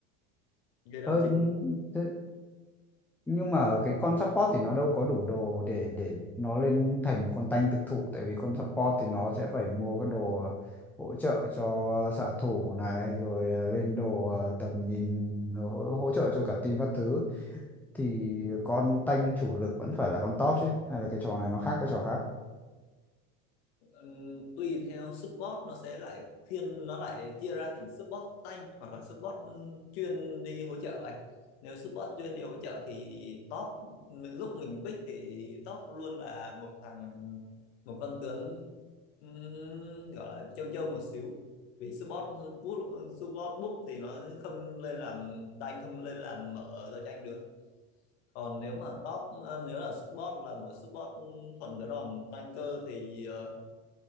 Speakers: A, on the left; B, in the centre.
A: gây đam
B: ờ,
A: chính
B: thế, nhưng mà cái con support thì nó đâu có đủ đồ để để nó lên thành một con tanh thực thụ tại vì con support thì nó sẽ phải mua cái đồ hỗ trợ cho xạ thủ này rồi ờ, lên đồ ờ, tầm nhìn rồi hỗ, hỗ trợ cho cả team các thứ thì con tanh chủ lực vẫn phải là con top chứ hay là cái trò này nó khác cái trò khác
A: Ừm, tùy theo support nó sẽ lại thiên nó lại chia ra thành support tank hoặc là support ừm, chuyên đi hỗ trợ anh nếu support chuyên đi hỗ trợ thì top lúc mình pick thì top luôn là một thằng một con tướng ừm, gọi là châu châu một xíu vì support boost- support búp thì nó không lên làm tank không lên làm mở giao tranh được còn nếu mà top ờ, nếu là support là một support thuần đỡ đòn tanker thì ờ,